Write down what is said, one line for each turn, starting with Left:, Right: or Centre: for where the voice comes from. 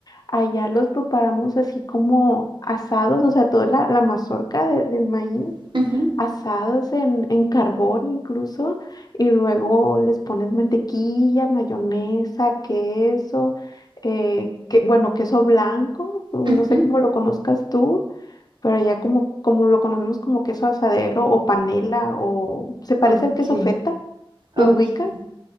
Left: allá los preparamos así como asados, o sea, toda la, la mazorca de- del maíz,
Right: <laughs> Ujú,
Left: asados en, en carbón incluso, y luego les pones mantequilla, mayonesa, queso, eh, que, bueno, queso blanco, no
Right: ujú.
Left: sé cómo lo conozcas tú pero ya como, como lo conocemos como queso asadero o panela o se parece
Right: Ok,
Left: al queso feta,
Right: ok.
Left: ¿lo ubicas?